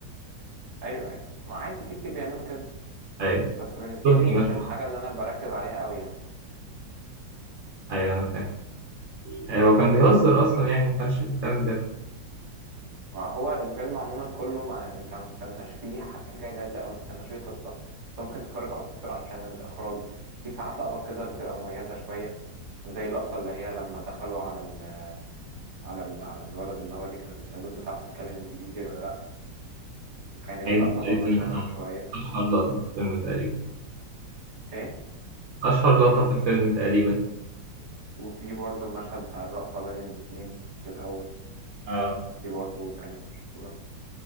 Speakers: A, on the right; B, on the right.
A: ايوه ايوه ما عادي في كتير بيعملوا كده
B: ايوه
A: بس بالنسبه
B: توكي
A: لي مش
B: مثلا
A: الحاجه اللي انا بركز عليها قوي يعني
B: ايوه انا فاهم آه، هو كان بيهزر اصلا يعني ما كانش بيتكلم بجد
A: ما هو الفيلم عموما كله ما انت ما تستناش فيه حاجه جادة او ما تستناش فيه قصه انت ممكن تتفرج اكتر علشان الاخراج في ساعات لقطات كده بتبقى مميزه شويه زي اللقطه اللي هي لما دخلوا على ال... على ال... على الولد اللي هو اللي كانوا بيسالوه انت تعرف تتكلم انجليزي ولا لا كانت
B: يعني دي
A: لقطه
B: تقريبا
A: برضو اتشهرت شويه
B: اشهر لقطة في الفيلم تقريبا
A: ايه
B: اشهر لقطة في الفيلم تقريبا
A: وفي برضو المشهد بتاع الرقصه بين الاتنين في الاول
B: اه
A: دي برضو كانت مشهوره